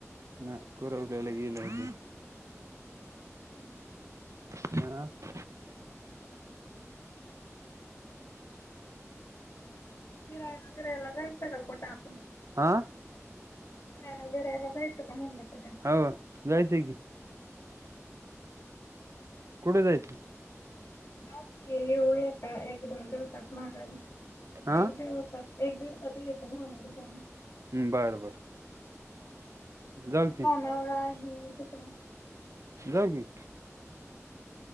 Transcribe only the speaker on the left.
हम्म.
फिरायला बिरायला जायचं का कुठं आपण?
फिरायला बिरायला जायचं का म्हणलं कुठे
बाकी येऊया का एक दोन दिवसात माघारी
एक दिवसात एक दिवसात येयाचं मघारी जावून
वनवळा आहे तिकडे